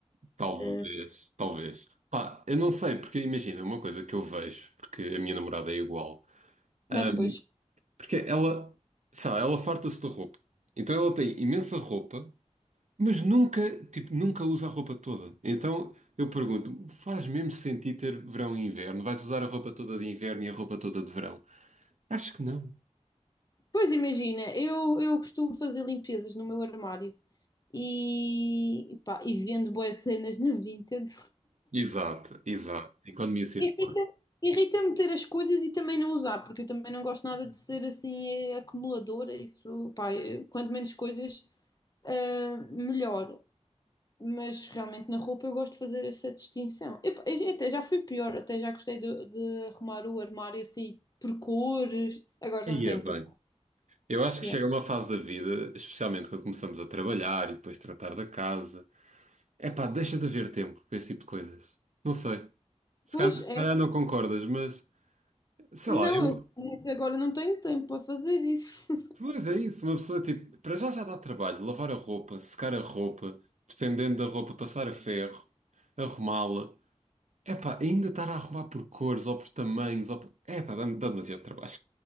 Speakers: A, on the right (about 80°); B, on the left (about 35°).
A: Talvez,
B: Eh,
A: talvez. Pá, eu não sei, porque imagina, uma coisa que eu vejo, porque a minha namorada é igual, ahm,
B: não, pois.
A: porque ela, sabe, ela farta-se de roupa. Então ela tem imensa roupa, mas nunca, tipo, nunca usa a roupa toda. Então eu pergunto, faz mesmo sentido ter verão e inverno? Vais usar a roupa toda de inverno e a roupa toda de verão? Acho que não.
B: Pois imagina, eu, eu costumo fazer limpezas no meu armário e, pá, e vendo boas cenas na Vinted.
A: Exato, exato. Economia circular.
B: Irrita- Irrita-me ter as coisas e também não usar, porque eu também não gosto nada de ser assim eh, acumuladora. Isso, pá, eu- quanto menos coisas, ah, melhor. Mas realmente na roupa eu gosto de fazer essa distinção. Eu, pá, eu até já fui pior, até já gostei de, de arrumar o armário assim por cores. Agora já
A: Aí
B: não tenho
A: é bem.
B: para.
A: Eu acho
B: Yeah.
A: que chega uma fase da vida, especialmente quando começamos a trabalhar e depois tratar da casa. É pá, deixa de haver tempo para esse tipo de coisas. Não sei. Se
B: Pois
A: calhar, se
B: é,
A: calhar não concordas, mas sei
B: não,
A: lá, eu.
B: eu agora não tenho tempo para fazer isso. <laughs>
A: Pois é isso, uma pessoa tipo. Para já já dá trabalho, lavar a roupa, secar a roupa, dependendo da roupa, passar a ferro, arrumá-la. É pá, ainda estar a arrumar por cores ou por tamanhos. Ou por... É pá, dá, dá demasiado trabalho.